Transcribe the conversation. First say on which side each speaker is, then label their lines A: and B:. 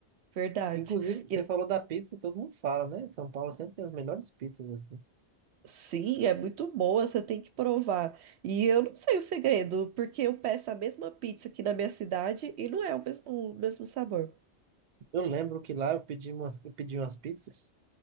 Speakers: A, on the right (about 75°); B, on the right (about 50°).
A: Verdade.
B: Inclusive, você
A: E,
B: falou da pizza, todo mundo fala, né? São Paulo sempre tem as melhores pizzas assim.
A: sim, é muito boa, você tem que provar. E eu não sei o segredo, porque eu peço a mesma pizza aqui na minha cidade e não é o mesmo, o mesmo sabor.
B: Eu lembro que lá eu pedi umas, eu pedi umas pizzas.